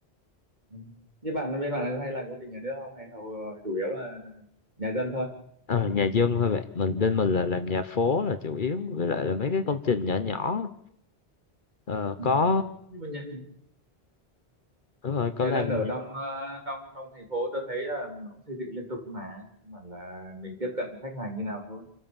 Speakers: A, on the right; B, on the left.
A: Ừ. Như bạn bên bạn là hay làm công ty nhà nước không hay hầu ờ, chủ yếu là nhà dân thôi
B: ờ, nhà dân thôi bạn mình bên mình là làm nhà phố là chủ yếu với lại là mấy cái công trình nhỏ nhỏ ờ,
A: ừ.
B: có
A: nhưng mà nhà
B: đúng rồi
A: nhà
B: có làm
A: dân ở trong ờ, trong trong thành phố tôi thấy là nó cũng xây dựng liên tục mà căn bản là mình tiếp cận khách hàng như nào thôi